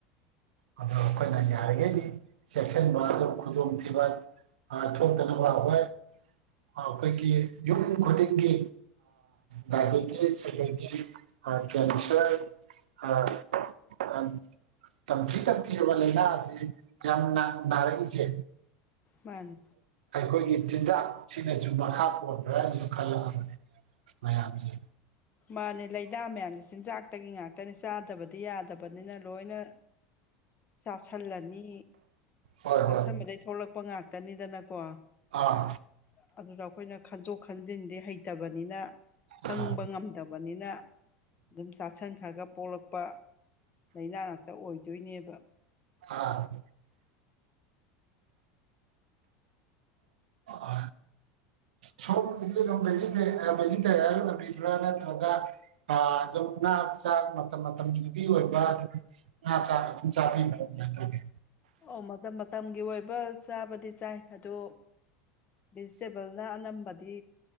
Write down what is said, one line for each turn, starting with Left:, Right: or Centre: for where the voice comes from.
Right: ꯑꯗꯣ ꯑꯩꯈꯣꯏꯅ ꯌꯥꯔꯤꯈꯩꯗꯤ ꯆꯦꯛꯁꯤꯟꯕ ꯑꯗꯨ ꯈꯨꯗꯣꯡꯊꯤꯕ ꯑꯊꯣꯛ ꯇꯅ ꯍꯣꯏ ꯑꯩꯈꯣꯏꯒꯤ ꯌꯨꯝ ꯈꯨꯗꯤꯡꯒꯤ ꯗꯥꯇꯤꯁꯇ ꯑ ꯀꯦꯝꯁꯟ ꯑ ꯑ ꯇꯝꯊꯤ ꯇꯝꯊꯤꯔꯕ ꯂꯥꯏꯅꯥ ꯑꯁꯤ ꯌꯥꯝꯅꯥ ꯅꯥꯔꯩꯁꯦ
Left: ꯃꯥꯅꯤ
Right: ꯑꯩꯈꯣꯏꯒꯤ ꯆꯤꯟꯖꯥꯛꯁꯤꯅꯁꯨ ꯃꯈꯥ ꯄꯣꯟꯕ꯭ꯔꯥ ꯍꯥꯏꯅꯁꯨ ꯈꯜꯂꯛꯑꯕꯅꯦ ꯃꯌꯥꯝꯁꯦ
Left: ꯃꯥꯅꯦ ꯂꯥꯏꯅꯥ ꯃꯌꯥꯝꯁꯦ ꯆꯤꯟꯖꯥꯛꯇꯒꯤ ꯉꯥꯛꯇꯅꯦ ꯆꯥꯗꯕꯗꯤ ꯌꯥꯗꯕꯅꯤꯅ ꯂꯣꯏꯅ ꯆꯥꯁꯜꯂꯅꯤ
Right: ꯍꯣꯏ
Left: ꯆꯥꯁꯟꯕꯗꯒꯤꯩ
Right: ꯍꯣꯏ
Left: ꯊꯣꯛꯂꯛꯄ ꯉꯥꯛꯇ ꯇꯅꯤꯗꯅꯀꯣ
Right: ꯑꯥ
Left: ꯑꯗꯨꯗ ꯑꯩꯈꯣꯏꯅ ꯈꯟꯗꯣꯛ ꯈꯟꯖꯤꯟꯗꯤ ꯍꯩꯇꯕꯅꯤꯅ ꯈꯪꯕ
Right: ꯑꯥ
Left: ꯉꯝꯗꯕꯅꯤꯅ ꯑꯗꯨꯝ ꯆꯥꯁꯟ ꯈ꯭ꯔꯒ ꯄꯣꯛꯂꯛꯄ ꯂꯥꯏꯅꯥ ꯉꯥꯛꯇ ꯑꯣꯏꯗꯣꯏꯅꯦꯕ
Right: ꯑ ꯑ ꯁꯣꯝꯒꯤꯗꯤ ꯑꯗꯨꯝ ꯚꯦꯖꯤꯇꯦꯔꯤꯌꯦꯟ ꯑꯣꯏꯝꯕꯤꯕ꯭ꯔꯥ ꯅꯠꯇ꯭ꯔꯒ ꯑꯗꯨꯝ ꯉꯥ ꯆꯥꯛ ꯃꯇꯝ ꯃꯇꯝꯗꯨꯒꯤ ꯑꯣꯏꯕ ꯑꯗꯨꯝ ꯉꯥ ꯆꯥꯛ ꯑꯗꯨꯝ ꯆꯥꯕꯤ ꯦ
Left: ꯑꯣ ꯃꯇꯝ ꯃꯇꯝꯒꯤ ꯑꯣꯏꯕ ꯆꯥꯕꯗꯤ ꯆꯥꯏ ꯑꯗꯣ ꯚꯦꯖꯤꯇꯦꯕꯜꯅ ꯑꯅꯝꯕꯗꯤ